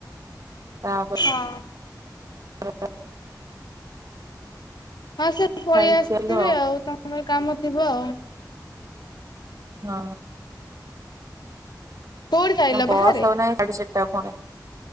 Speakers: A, on the right; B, on the left.
A: ତାପରେ
B: ହଁ।
A: <unintelligible>
B: ହଁ ସେ ପଳେଇ
A: ଖାଇକି
B: ଆସିଥିବେ
A: ଆଇଲୁ
B: ଆଉ ତାଙ୍କର କାମ ଥିବ ଆଉ
A: ହଁ
B: କୋଉଠି ଖାଇଲ
A: ସେ ବସ୍
B: ବାହାରେ?
A: ନାହିଁ <inaudible> ଦ ଫୁଣି